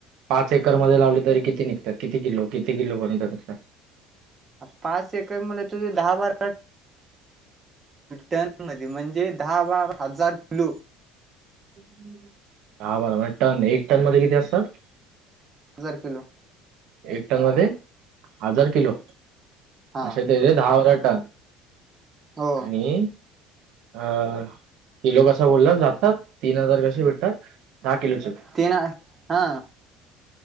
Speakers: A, on the right (about 70°); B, on the right (about 25°).
A: पाच एकरमध्ये लावले तरी किती निघतात किती किलो किती किलोपर्यत निघतात
B: पाच एकर मध्ये तुझे दहा बारा टन म्हणजे दहा बारा हजार किलो
A: हम् दहा बरा म्हणजे टन एक टन मध्ये किती असतात
B: हजार किलो
A: एक टन मध्ये हजार किलो
B: हा
A: अशे केले दहा बारा टन
B: हो
A: आणि अ किलो कसा बोलला जातात तीन हजार कसे भेटतात दहा किलोचे
B: तेन नाही हा